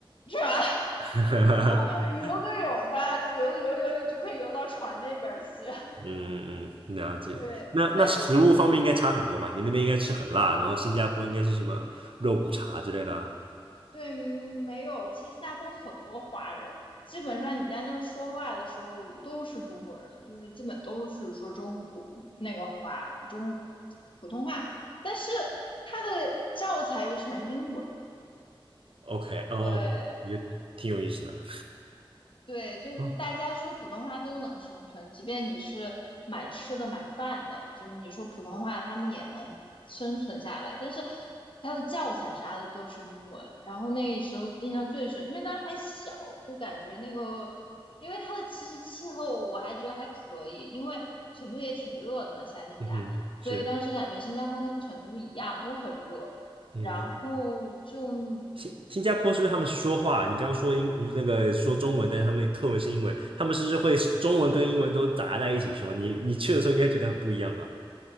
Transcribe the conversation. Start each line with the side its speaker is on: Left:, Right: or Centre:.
Left: 是吧 <laughs>
Right: <laughs>
Left: 然后游个泳吧，游游游就可以游到船那边去。<laughs>
Right: 嗯嗯，嗯了解。
Left: 对，
Right: 那那食物方面应该差很多吧？
Left: 但是
Right: 你那边应该吃很辣，然后新加坡应该是什么肉骨茶之类的
Left: 嗯，对，没有。其实新加坡很多华人，基本上你在那儿说话的时候都是中国人，就是基本都是说中国那个华中普通话，但是他的教材又全是英文。
Right: o k 哦，
Left: 对。
Right: 有挺有意思的，
Left: 对，就是大家说普通话都能生存，
Right: 哦，
Left: 即便你是买吃的、买饭的，就是你说普通话，他们也能生存下来。但是他的教材啥的都是英文，然后那时候印象最深，因为当时还小，就感觉那个，因为它的其实气候我还觉得还可以，因为成都也挺热的嘛，夏天家，
Right: 嗯哼，
Left: 所以当时感觉新加坡跟成都一样都很热，
Right: 是，嗯。
Left: 然后就。
Right: 新新加坡是不是他们说话？你刚刚说英那个说中文，但是他们课文是英文，他们是不是会中文跟英文都杂在一起说？你你去的时候应该觉得很不一样吧？